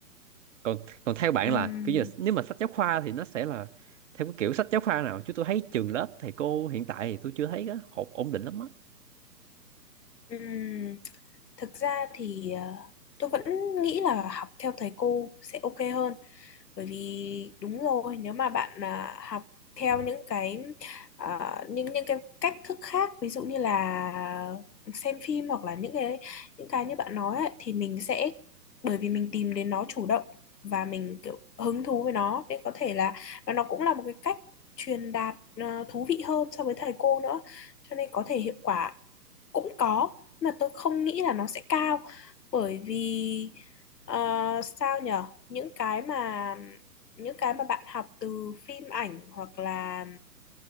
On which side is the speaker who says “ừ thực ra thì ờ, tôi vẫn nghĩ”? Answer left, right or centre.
Left